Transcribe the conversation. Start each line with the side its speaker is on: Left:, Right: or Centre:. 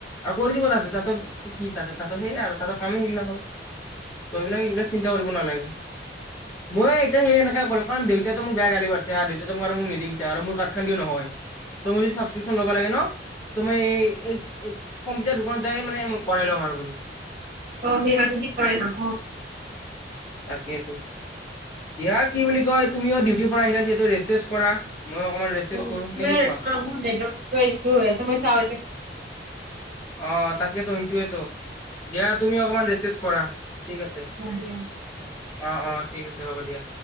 Left: আৰু কৰি দিব তাতে তাতে কি তাতে তাহাতৰ সেয়াই আৰু তাহাতৰ কামেই এইবিলাক হয় এইবিলাক এইবিলাক চিন্তা কৰিব নালাগে মইয়ো এতিয়া সেই এনেকে কৰিম কাৰণ দেউতাইতো মোক বেয়া গালি পাৰিছে আৰু দেউতা মোক আৰু মোক নিদিয়ে কেতিয়াও আৰু মোৰ কাৰ্ড খন দিও নহয় চ মোৰ যদি ছাবস্ক্ৰিপচন ল'ব লাগে ন ত মই এই এই কম্পিউটাৰ দোকান যায়ে মানে কৰাই ল'ম আৰু বু
Right: অ <unintelligible> কৰে ন।
Left: তাকেতো, দিয়া কি বুলি কয় তুমিও ডিউটিৰ পৰা আহিলা যিহেতু ৰেষ্ট চেষ্ট কৰা।
Right: <inaudible>
Left: মই অকমান ৰেষ্ট চেষ্ট কৰো নে কি কোৱা অ! তাকেইেতো, সেইটোৱেতো, দিয়া তুমি অকণমান ৰেচ চেছ কৰা।
Right: অ!
Left: ঠিক আছে অ অ ঠিক আছে হ'ব দিয়া।